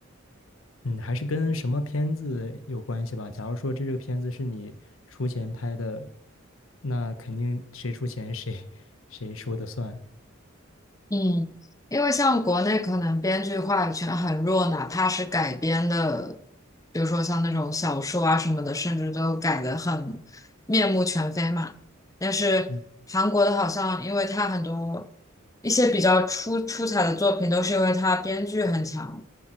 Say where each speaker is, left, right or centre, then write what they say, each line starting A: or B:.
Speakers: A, on the left (about 80°); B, on the left (about 15°).
A: 嗯，还是跟什么片子有关系吧。假如说这个片子是你出钱拍的，那肯定谁出钱谁谁说的算。
B: 嗯，因为像国内可能编剧话语权很弱，哪怕是改编的，比如说像那种小说啊什么的，甚至都改得很面目全非嘛。但是韩国的好像，
A: 嗯，
B: 因为它很多一些比较出出彩的作品，都是因为它编剧很强，